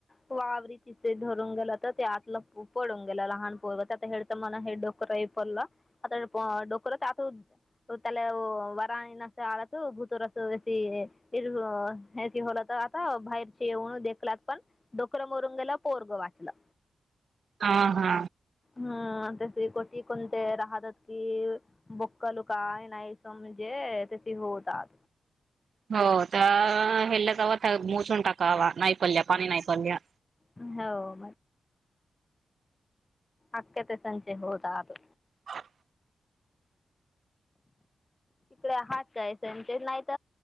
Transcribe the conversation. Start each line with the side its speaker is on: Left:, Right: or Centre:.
Left: वावररीचि पेज गेलं तर ते आतलं पडून गेलं लहानोता हे तर म हेड <unintelligible> क परला आता डोकच आत त्याला वारणी नस आळत भुतूरस होल तर आता बाहेरचे येऊन देखलात पण डोकं मोरून गेला पोरग वाचलं
Right: हा हा
Left: हा आता स ती कोणते राहतात कि बुक्कल काय नाहीस म्हणजे ते होतात
Right: हो तर हेल्ला जाव मोजून टाकावा नाही पडल्या पाणी नाही पडल्या
Left: हो अखते संजे होौद अो
Right: ह
Left: तिकडे आहात काय सचे नाहीत